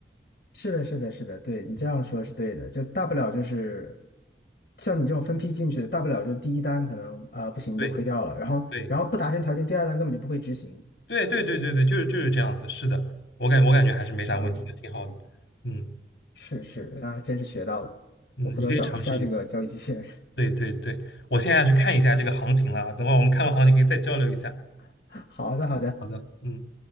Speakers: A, on the left; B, on the left.
A: 是的，是的，是的，对你这样说是对的，
B: 嗯，
A: 就大不了就是像你这种分批进去的，大不了就第一单可能啊、不行就亏掉了，
B: 对
A: 然后然后不达成条件，
B: 对。
A: 第二单根本就不会执行
B: 对对对对对，就是就是这样子，是的，我感我感觉还是没啥问题的，
A: 啊。
B: 挺好的。嗯
A: 是是，那还真是学到了，
B: 嗯，
A: 我回头找一下这个交易机器人。
B: 你可以尝试一，对对对，我现在去看一下这个行情了啊，等会儿我们看完行情可以再交流一下。
A: <laughs> 好的好的，
B: 好的，嗯。